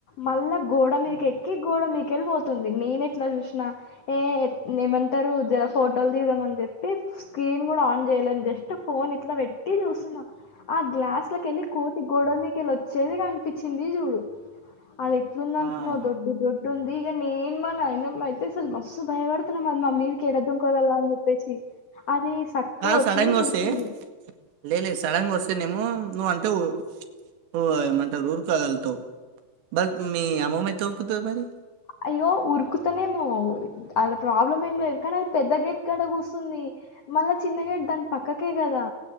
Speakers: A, on the left; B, on the right.
A: మళ్ళ గోడ మిద్
B: ఉమ్
A: క్కి గోడ మీకేల్ పో ంది నేను ఎట్లా చూసినా ఏ ఏమంటారు జరా ఫోటోలు దిగుదాం అని చెప్పి స్క్రీన్ కూడా ఆన్ చేయాలేను జస్ట్ ఫోన్ ఇట్లా పెట్టి చూస్తున్నా ఆ గ్లా స్లకెళ్ళి కోతి గోడ మీకిెళ్ళి వచ్చేది కనిపించింది చూడు అది ంద
B: ఆ
A: అనుకున్నావ్ దొడ్డు దొడ్డు ఉంది ఇగ నేనుమా నాయనమ్మ అయితే అసలు మస్తు భయపడుతున్నాం అది మ మీడికెళ్లి ఎడదుంకగల్ల అని చెప్పేసి అది సక్కగా
B: కాదు
A: వచ్చింది
B: సడన్ గా
A: కూర్చుంది
B: వస్తే లే లేదు సడన్ గా వస్తేనేమో నువ్వు అంటే ఊ ఏమంటారు ఊరుకగలుగుతావ్ మరి మీ అమ్మమ్మ ఎట్ల ఊరుకుతది మరి
A: అయ్యో ఉరుకుతానేమో అళ్ళ ప్రాబ్లం ఏం లేదు కానీ అది పెద్ద గేట్ కడ కూసుంది మళ్ళా చిన్నగెట్ దాని పక్కకే కదా